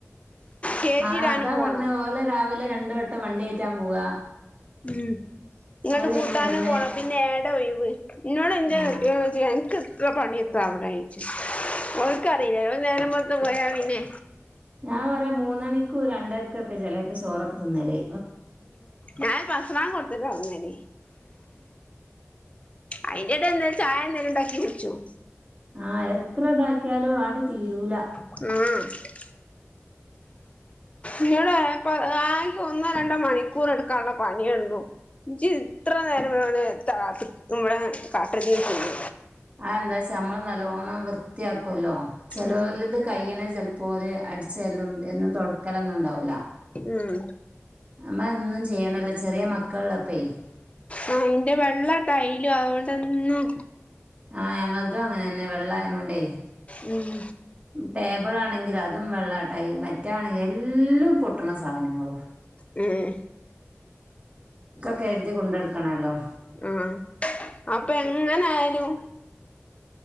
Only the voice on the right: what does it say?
ആഹ് അതാ
പറഞ്ഞെ ഓലെ രാവിലെ രണ്ട് വട്ടം വണ്ടി കേറ്റാൻ പോവാ
അത് കഴിഞ്ഞ്
വന്ന്
ആ
ഞാൻ പറയ മൂന്നണിക്കും രണ്ടരക്കൊക്കെ ചിലെപ്പോ ചോറൊക്കെ തിന്നലേ
ആഹ് എത്ര ഇതാക്കിയാലും ആട് തീരൂല
ആ എന്താച്ച നമ്മള് നല്ലോണ്ണം വൃത്തിയാക്കുവല്ലോ ചേലോലത്
കയ്യണത് ചെലപ്പോ ഓല് അടിച് ചേരാലും എന്നും തൊടക്കലൊന്നും ഇണ്ടാവൂല
നമ്മ എന്നും ചെയ്യണല്ലോ ചെറിയ മക്കളിള്ളപ്പേ
ആഹ് ഞങ്ങളതും അങ്ങനെ തന്നെ വെള്ള ആയനൊണ്ടെ
ടേബിളാണെങ്കില് അതും വെള്ളട്ട മറ്റേ ആണെങ്കി എല്ലും പൊട്ടണ സാനങ്ങള്.
ഒക്കെ കരുതി കൊണ്ടടക്കണല്ലോ.